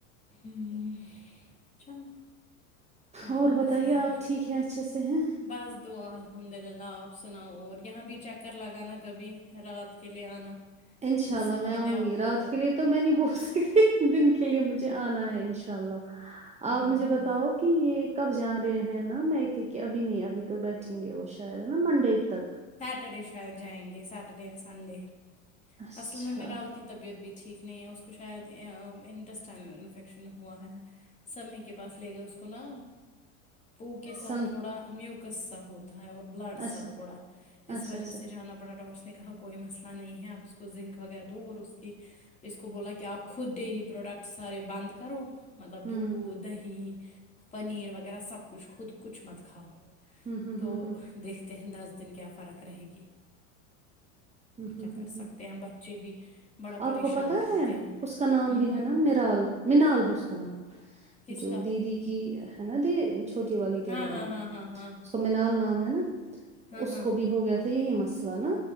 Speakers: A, on the left; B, on the right.
A: ہوں چلو اللہ
B: اور
A: ہمہ
B: بتائیے
A: خیر
B: آپ ٹھیک ہے اچھے سے ہیں
A: بس دعا الحمد للہ آپ سناؤ اور یہاں بھی چکر لگانا کبھی رات کے لیے آنا
B: انشاء
A: فرصت
B: اللہ میں
A: ملے
B: آؤں
A: آپ
B: گی رات
A: کو
B: کے لیے تو میں نے نہی بول سکتی دن کے لیے مجھے آنا ہے انشاء اللہ
A: ہوں
B: آپ مجھے بتاؤ کہ یہ کب جا رہے ہیں نا میںکہ کہ ابھی نہیں ابھی تو بیٹھیں گے وہ شا شاید نا منڈے تک
A: سٹر ڈے شاید جائیں گے سٹرڈے یا سنڈے
B: اچھا
A: اصل میں میرال کی طبیعت بھی ٹھیک نہیں ہے اس کو شاید ا انٹسٹائن میں انفیکشن ہوا ہے سمیع کے پاس لے گئے اس کو نا پو کے ساتھ
B: سن
A: تھوڑا میوکس سا ہوتا ہے اور بلا سا
B: اچھا
A: تھوڑا اس
B: اچھا
A: وجہ
B: اچھا
A: سے جانا پڑا ڈاکٹر اس نے کہا کو کوئی مسئلہ نہیں ہے آپ اس کو زنک وغیرہ دو اور اس کی اس کو بولا کہ آپ خود ڈیری پروڈکٹ سارے بند کرو مطلب
B: ہوں
A: دودھ دہی پنیر وغیرہ سب کچھ خود کچھ مت کھاؤ
B: ہوں ہوں
A: تو
B: ہوں ہوں
A: دیکھتے ہیں دس دن کیا فرق رہے گی
B: ہوں ہوں
A: کیا کر
B: ہوں
A: سکتے
B: ہوں
A: ہیں بچے بھی بڑا پریشان
B: آپ کو پتا
A: کرتے
B: ہے
A: ہیں
B: اس کا نام
A: ہوں
B: بھی
A: ہوں
B: ہے نا میرال منال ہے اس کا نام
A: کس
B: جو
A: کا
B: دیدی کی ہے نا دی چھوٹی والی
A: ہاں
B: دیو
A: ہاں
B: رانی
A: ہاں
B: اسکو
A: ہاں ہاں
B: مینال نام ہے نا اس
A: ہاں ہاں
B: کو بھی ہو گیا تھا یہی مسئلہ نا